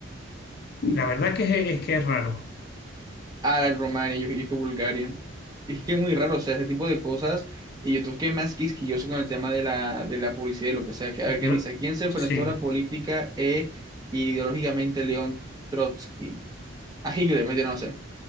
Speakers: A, on the left; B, on the right.
A: La verdad que es, es que es raro.
B: Ah, el Romani, yo, yo estoy Bulgaria. Es que es muy raro, o sea, ese tipo de cosas. Y YouTube que es más quisquilloso con el tema de la, de la publicidad y lo que sea. Que, a ver, ¿quién
A: Yo-
B: dice? ¿Quién se enfrentó
A: sí,
B: a la política e ideológicamente León Trotsky? A Hitler, mentira, no sé.